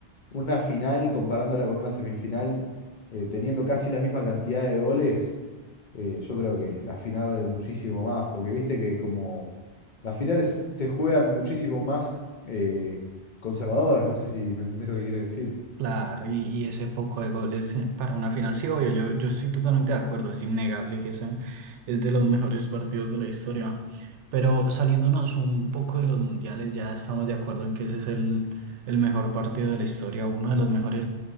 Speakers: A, on the left (about 50°); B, on the right (about 80°).
A: una final comparándola con una semifinal, eh, teniendo casi la misma cantidad de goles, eh, yo creo que la final vale muchísimo más, porque viste que como las finales se juegan muchísimo más eh, conservadoras, no sé si me entendés lo que quiero decir.
B: Claro, y, y ese poco de goles eh, para una final, sí, obvio, yo, yo estoy totalmente de acuerdo, es innegable que ese es de los mejores partidos de la historia. Pero saliéndonos un poco de los mundiales, ya estamos de acuerdo en que ese es el, el mejor partido de la historia, uno de los mejores.